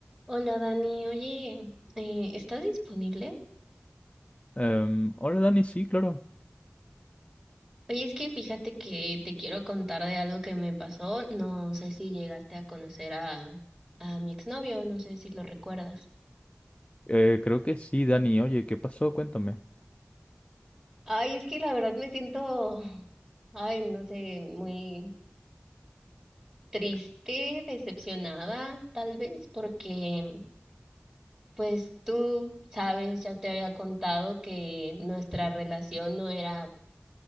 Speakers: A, on the right; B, on the left.
A: Hola Dani, oye, eh, ¿estás disponible?
B: Em, hola Dani, sí, claro.
A: Oye, es que fíjate que te quiero contar de algo que me pasó. No sé si llegaste a conocer a, a mi exnovio, no sé si lo recuerdas.
B: Eh, creo que sí, Dani. Oye, ¿qué pasó? Cuéntame.
A: Ay, es que la verdad me siento, <sighs> ay, no sé, muy triste, decepcionada, tal vez, porque pues tú sabes, ya te había contado que nuestra relación no era